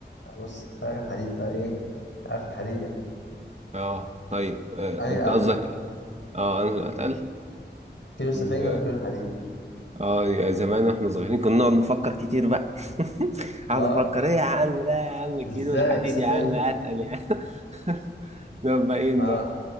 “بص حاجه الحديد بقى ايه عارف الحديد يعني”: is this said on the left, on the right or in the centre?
Left